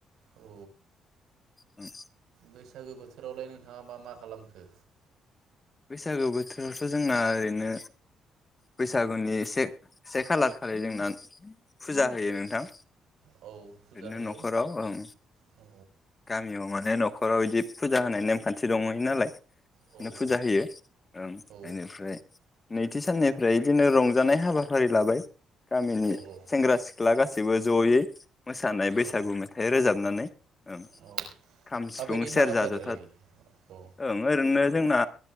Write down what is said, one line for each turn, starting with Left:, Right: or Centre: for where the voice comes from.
Right: औ
Left: उम
Right: बैसागो बोथोरावलाय नोंथाङा मा मा खालामखो?
Left: बैसागु बोथोरावथ जोंना ओरैनो बैसागुनि एसे से खालार खालि जोंना फुजा होयो नोंथां।
Right: औ फुजा
Left: ओरैनो
Right: होयो
Left: न'खराव ओं
Right: औ
Left: गामियाव मा बे न'खराव इदि फुजा होनाय नेमखान्थि दङै नालाय।
Right: औ औ
Left: फुजा होयो ओं
Right: औ
Left: बेनिफ्राय नै थि साननिफ्राय इदिनो रंजानाय हाबाफारि लाबाय। गामिनि
Right: औ औ
Left: सेंग्रा सिख्ला गासै गासिबो जयै मोसानाय बैसागु
Right: औ
Left: मेथाइ रोजाबनानै ओं
Right: औ
Left: खाम
Right: माबायदि
Left: सिफुं सेरज
Right: हाबाफारि
Left: जथा
Right: लायो औ
Left: ओं ओरैनो जोंना